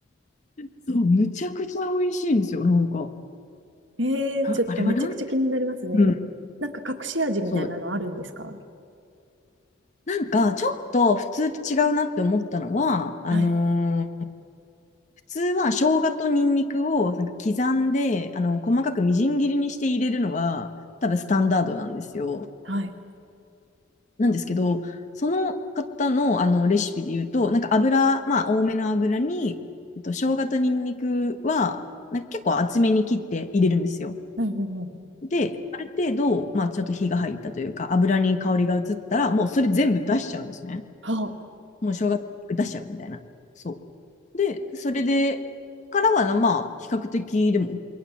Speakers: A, on the left (about 35°); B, on the right (about 70°).
A: そう、むちゃくちゃ美味しいんですよ、なんか。
B: <laughs> ええーちょっとめちゃくちゃ気になりますね。
A: あれはなん、うん、
B: なんか隠し味みたいなのあるんですか
A: そう、なんか、ちょっと普通と違うなって思ったのは、あのー
B: はい、
A: 普通は生姜とニンニクをなんか刻んで、あの、細かくみじん切りにして入れるのが、多分スタンダードなんですよ。
B: はい。
A: なんですけど、その方の、あのレシピで言うと、なんか油、まあ、多めの油に、えっと、生姜とニンニクは、なんか結構厚めに切って入れるんですよ。
B: うんうんうん。
A: で、ある程度、まあ、ちょっと火が入ったというか、油に香りが移ったら、もうそれ全部出しちゃうんですね。
B: はあ。
A: もう正月出しちゃうみたいな。そう。で、それで、からはな、まあ、比較的、でも、